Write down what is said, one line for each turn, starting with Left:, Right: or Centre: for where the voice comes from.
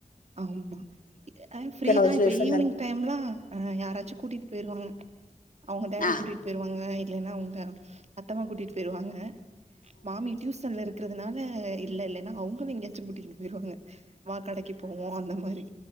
Right: ஆமா அ ஃப்ரீதா
Left: ஹவுஸ்
Right: இப்ப
Left: ஒய்ஃப்
Right: ஈவினிங் டைம்லா ஆ யாராச்சு கூட்டிகிட்டு போயிருவாங்க அவங்க டேடி
Left: ஆ
Right: கூட்டிட்டு போயிருவாங்க இல்லைன்னா உங்க அத்தமா கூட்டிட்டு போயிருவாங்க மாமி டியுஸ் இருக்கிறதுனால இல்ல இல்லன்னா அவங்களு எங்கயாச்சு கூட்டிட்டு போயிவாங்க வா கடைக்கு போவோ அந்த மாரி